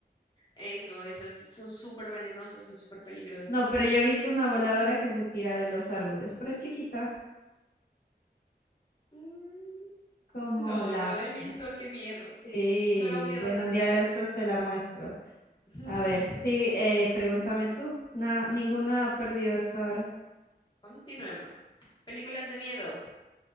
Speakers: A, on the left; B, on the left.
A: Eso, eso, es- son súper venenosas, son súper peligrosas.
B: No, pero yo he visto una voladora que se tira de los árboles, pero es chiquita.
A: Mm,
B: Como
A: No,
B: la...
A: no la he visto, qué miedo.
B: Sí,
A: Nuevo miedo
B: bueno,
A: desbloqueado.
B: un día de estos te la muestro.
A: <laughs>
B: A ver, sí, eh, pregúntame tú. Na- ninguna perdida hasta ahora.
A: Continuemos. Películas de miedo.